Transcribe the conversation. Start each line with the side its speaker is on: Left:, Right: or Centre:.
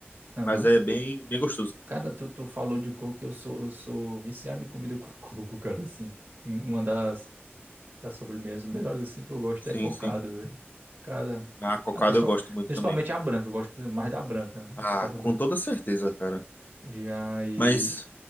Right: Aham.
Left: mas é bem, bem gostoso.
Right: Cara, tu, tu falou de coco e eu sou, eu sou viciado em comida com <laughs> coco, cara, assim. Um- Uma das, das sobremesas melhores, assim, que eu gosto
Left: Sim,
Right: é cocada,
Left: sim.
Right: velho. Cara,
Left: A cocada
Right: a principal-
Left: eu gosto muito
Right: principalmente
Left: também.
Right: a branca, eu gosto mais da branca, né?
Left: Ah,
Right: Cocada
Left: com
Right: branca.
Left: toda certeza, cara.
Right: E aí...
Left: Mas.